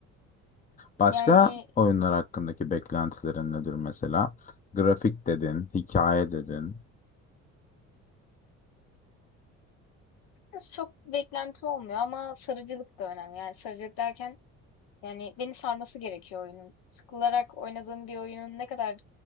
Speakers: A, on the left (about 20°); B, on the left (about 65°).
A: Başka
B: Yani
A: oyunlar hakkındaki beklentilerin nedir mesela? Grafik dedin, hikaye dedin.
B: biraz çok beklenti olmuyor ama sarıcılık da önemli. Yani sarıcılık derken yani beni sarması gerekiyor oyunun. Sıkılarak oynadığım bir oyunun ne kadar